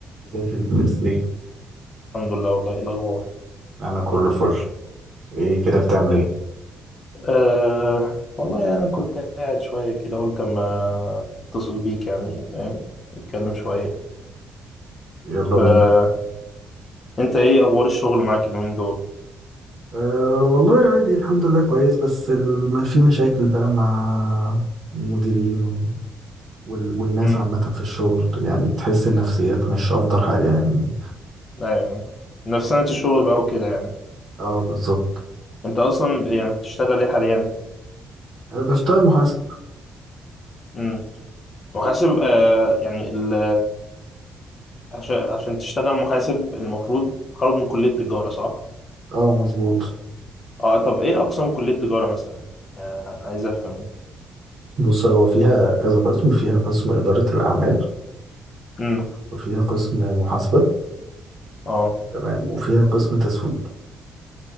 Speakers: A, on the right (about 55°); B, on the left (about 45°).
A: ازيك يا باشمهندس ايه
B: الحمد لله والله إيه الأخبار
A: انا كله فل ايه كده بتعمل ايه
B: أه والله يعني كنت قاعد شوية كده قلت أما أتصل بيك يعني فاهم نتكلم شوية
A: يلا
B: فأنت
A: بينا
B: إيه أخبار الشغل معاك اليومين دول؟
A: أه والله عادي الحمد لله كويس بس الم- في مشاكل بقى مع المديرين وال- والناس
B: أمم
A: عامة في الشغل يعني تحس النفسيات مش أفضل حاجة يعني
B: أيوه أيوة. نفس سنة الشغل بقى وكده يعني
A: اه بالظبط
B: أنت أصلا يعني بتشتغل إيه حاليا؟
A: أه بشتغل محاسب
B: أمم محاسب أه يعني ال عشان عشان تشتغل محاسب المفروض خارج من كلية تجارة صح؟
A: اه مظبوط
B: أه طب إيه أقسام كلية تجارة مثلا؟ أه عايز أفهم
A: بص هو فيها كذا قسم فيها قسم إدارة الأعمال
B: أمم
A: وفيها قسم محاسبة
B: أه
A: تمام وفيها قسم تسويق